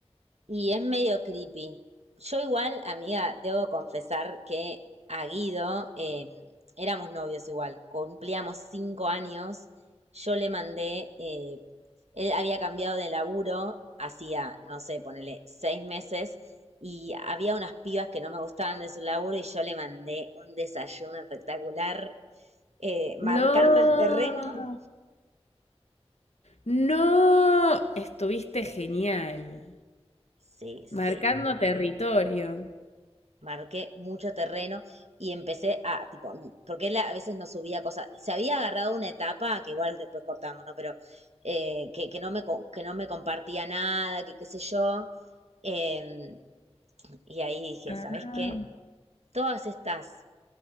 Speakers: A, on the right; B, on the left.
A: Y es medio creepy. Yo igual, amiga, debo confesar que a Guido eh, éramos novios igual, cumplíamos cinco años, yo le mandé, eh, él había cambiado de laburo, hacía, no sé, ponele seis meses, y había unas pibas que no me gustaban de su laburo y yo le mandé un desayuno espectacular, eh, marcando
B: No,
A: el terreno.
B: no, estuviste genial,
A: Sí, sí.
B: marcando territorio.
A: marqué mucho terreno y empecé a, tipo, mm, porque él a veces no subía cosas, se había agarrado una etapa, que igual después cortamos, ¿no? Pero eh, que, que, no me, que no me compartía nada, que qué sé yo. Eh, y ahí dije,
B: Ah.
A: ¿sabes qué? Todas estas